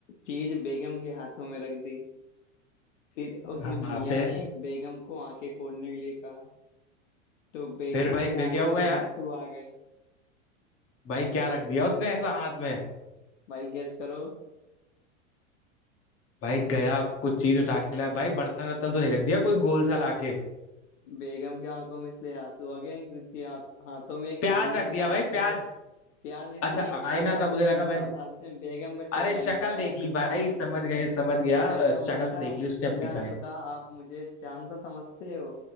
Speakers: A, on the left; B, on the left.
A: चीज बेगम के हाथों में रख दी फिर उसने
B: हाँ
A: मियाँ
B: फिर
A: ने बेगम को आंखें खोलने के लिए कहा तो बेगम
B: फिर भाई
A: की
B: फिर
A: आंखों
B: क्या हुआ यार
A: में आंसू आ गए
B: भाई क्या रख दिया उसने ऐसा हाथ में
A: भाई गेस करो
B: भाई गया कुछ चीज उठा के लाया भाई बर्तन रत्तन तो नहीं रख दिया कोई गोल सा लाके
A: बेगम की आंखों में इसलिए आंसू आ गए कि उसकी हाथ, हाथों में एक
B: प्याज
A: आईना
B: रख दिया
A: था
B: भाई प्याज
A: प्यार नहीं थी
B: अच्छा
A: एक
B: आईना
A: आईना
B: था
A: था
B: मुझे
A: शीशा
B: लगा भाई
A: था जिसमें बेगम का चेहरा
B: अरे शक्ल
A: नजर
B: देख
A: आया
B: ली भाई समझ गए समझ गया
A: तो बेगम
B: शक्ल
A: बोलता
B: देख ली उसने अपनी
A: या
B: भाई
A: खुदा आप मुझे चांद सा समझते हो